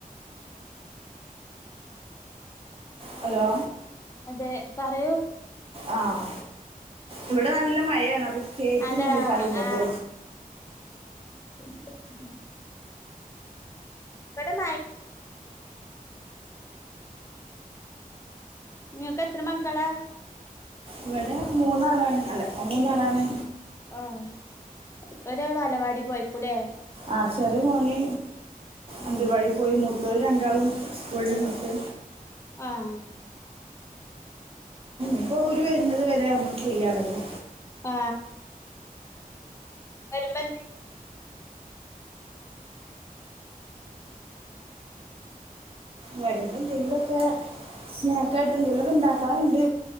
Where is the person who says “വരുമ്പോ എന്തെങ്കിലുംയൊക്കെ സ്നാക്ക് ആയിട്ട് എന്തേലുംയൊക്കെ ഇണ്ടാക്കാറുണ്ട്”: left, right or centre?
Right